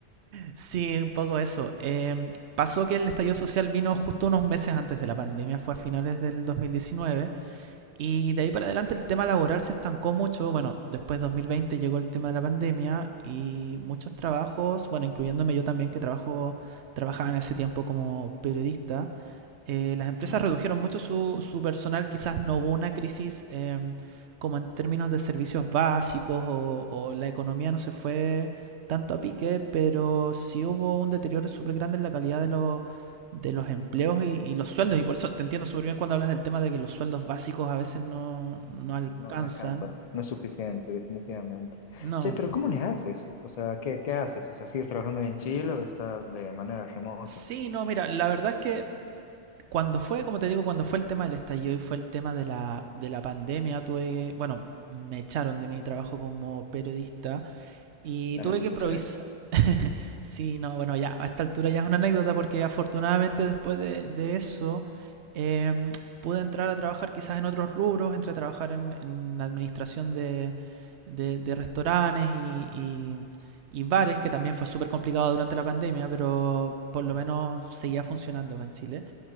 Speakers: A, on the right; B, on the left.
A: Sí, un poco eso. Eh, pasó que el estallido social vino justo unos meses antes de la pandemia, fue a finales del 2019. Y de ahí para adelante el tema laboral se estancó mucho. Bueno, después de 2020 llegó el tema de la pandemia y muchos trabajos, bueno, incluyéndome yo también que trabajo, trabajaba en ese tiempo como periodista, eh,
B: <laughs>
A: las empresas
B: Ujú.
A: redujeron mucho su, su, personal. Quizás no hubo una crisis eh, como en términos de servicios básicos o, o la economía no se fue tanto a pique, pero sí hubo un deterioro súper grande en la calidad de los de los empleos y, y los sueldos. Y por eso te entiendo súper bien cuando hablas del tema de que los sueldos básicos a veces no, no alcanzan.
B: No, no alcanza, no es suficiente, definitivamente.
A: No.
B: Che, pero ¿cómo le haces? O sea, ¿qué, qué haces? O sea, ¿sigues trabajando en Chile o estás de manera remota?
A: Sí, no, mira, la verdad es que cuando fue, como te digo, cuando fue el tema del estallido y fue el tema de la, de la pandemia, tuve, bueno, me echaron de mi trabajo como periodista Y
B: Lamento
A: tuve que
B: escuchar
A: improvisar.
B: eso.
A: <laughs> Sí, no, bueno, ya a esta altura ya es una anécdota porque afortunadamente después de, de eso em, pude entrar a trabajar quizás en otros rubros, entré a trabajar en, en administración de, de- de restaurantes y, y- y bares, que también fue súper complicado durante la pandemia, pero por lo
B: Eh,
A: menos seguía funcionando acá en Chile.